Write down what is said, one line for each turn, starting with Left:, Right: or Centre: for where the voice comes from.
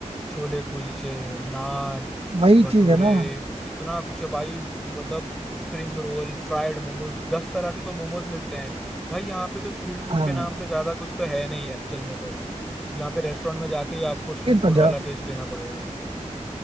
Centre: छोले कुलचे नान
Right: वही
Centre: भटूरे
Right: चीज है ना
Centre: कितना कुछ है भाई मतलब स्प्रिंग रोल फ्राइड मोमोज दस तरह के तो मोमोज मिलते हैं भाई यहाँ पे तो स्ट्रीट फूड
Right: हाँ
Centre: के नाम पे ज्यादा कुछ तो है नहीं एक्चुअल में तो यहाँ पे रेस्टोरेंट में जाके ही आपको स्ट्रीट
Right: लेकिन पंजाब
Centre: फूड वाला टेस्ट लेना पड़ेगा